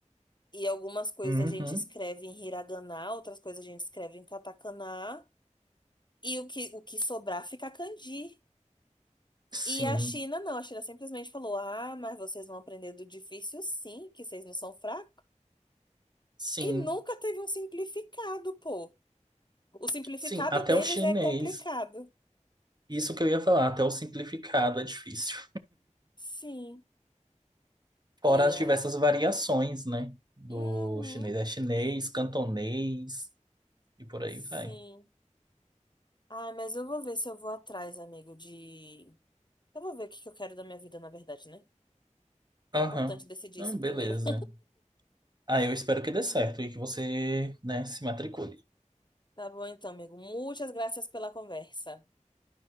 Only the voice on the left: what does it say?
E algumas coisas
a gente escreve em hiragana, outras coisas a gente escreve em katakana. E o que, o que sobrar fica kanji.
E a China não, a China simplesmente falou: ah, mas vocês vão aprender do difícil sim, que vocês não são fracos.
E nunca teve um simplificado, pô. O simplificado
deles
é complicado.
Sim.
Ia.
Uhum.
Sim.
Ah, mas eu vou ver se eu vou atrás, amigo, de. Eu vou ver o que que eu quero da minha vida, na verdade, né?
É importante decidir
isso
primeiro. <laughs>
Tá bom, então, amigo. Muitas graças pela conversa.